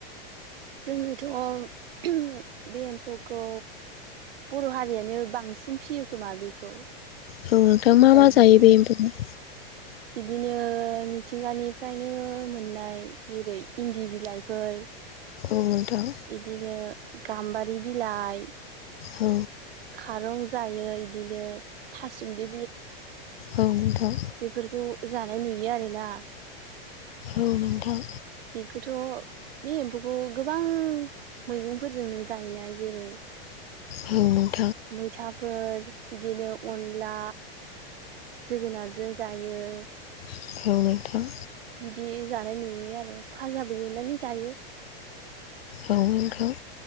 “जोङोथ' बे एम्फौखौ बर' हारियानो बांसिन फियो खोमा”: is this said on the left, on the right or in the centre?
Right